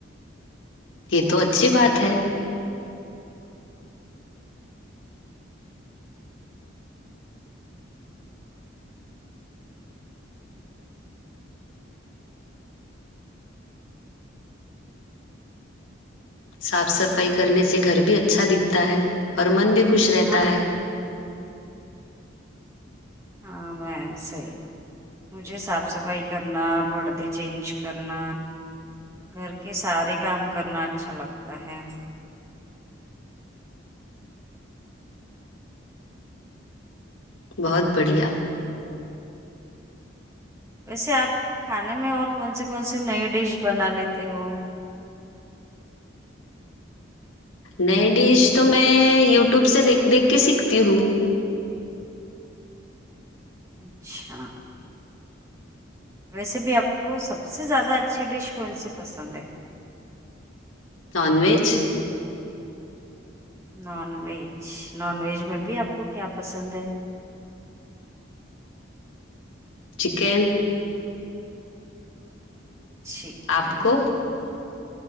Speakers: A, on the left; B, on the right.
A: یہ تو اچھی بات ہے صاف صفائی کرنے سے گھر بھی اچھا دکھتا ہے اور من بھی خوش رہتا
B: ہاں
A: ہے
B: ہاں بہن صحیح بات مجھے صاف صفائی کرنا پردے چینج کرنا گھر کے سارے کام کرنا اچھا لگتا ہے
A: بہت بڑھیا
B: ویسے آپ کھانے میں اور کون سے کون سے نئی ڈش بنا لیتے ہو
A: نئے ڈش تو میں یوٹیوب سے دیکھ دیکھ کے سیکھتی ہوں
B: اچھا ویسے بھی آپ کو سب سے زیادہ اچھی ڈش کون سی پسند ہے
A: non veg
B: non veg non veg میں بھی آپ کو کیا پسند ہے
A: چکن
B: چکن
A: آپ کو